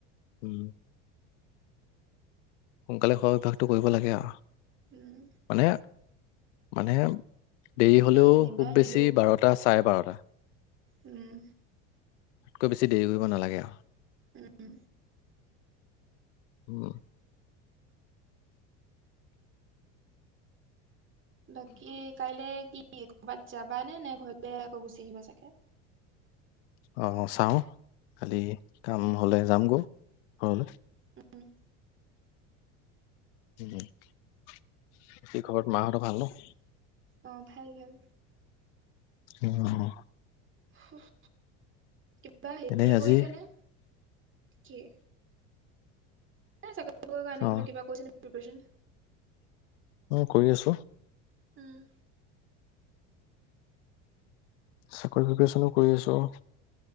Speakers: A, on the left (about 80°); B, on the right (about 35°).
A: উমঁ সোনকালে খোৱা অভ্যাসটো কৰিব লাগে আৰু।
B: উম
A: মানে মানে দেৰি হলেও
B: তেওঁ যেনিবা
A: খুব
B: কিন্তু
A: বেছি,,, বাৰটা চাৰে বাৰটা।
B: উমঁ!
A: তাতকৈ বেছি দেৰি কৰিব নালাগে আৰু।
B: উমঁ উমঁ!
A: উমঁ!
B: বাকী কাইলে কি কৰ'বাত যাবা নে নে ঘৰলে আকৌ গুচি আহিব চাগে।
A: অঁ চাওঁ খালি কাম হ'লে যামগৈ ঘৰলৈ।
B: উমঁ!
A: হম হম কি খবৰ ঘৰত মাহঁতৰ ভাল ন।
B: অঁ ভাল ভাল।
A: উমঁ অহ।
B: হোহ কিবা হেৰি
A: এনেই আজি
B: কৰিছে নে কি? চাকৰি কাৰণে
A: অ
B: বোলো কিবা কৰিছেনে প্ৰিপাৰেচন?
A: উমঁ কৰি আছো।
B: উমঁ!
A: চাকৰি প্ৰিপেৰচনো কৰি আছো আও।